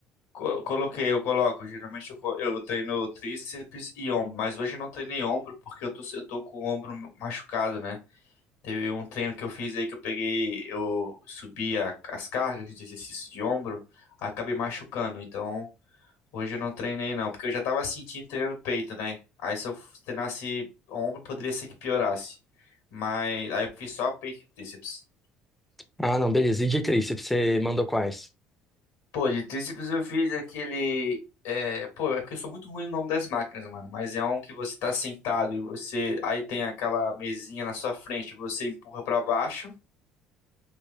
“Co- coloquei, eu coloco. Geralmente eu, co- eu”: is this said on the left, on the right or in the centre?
Left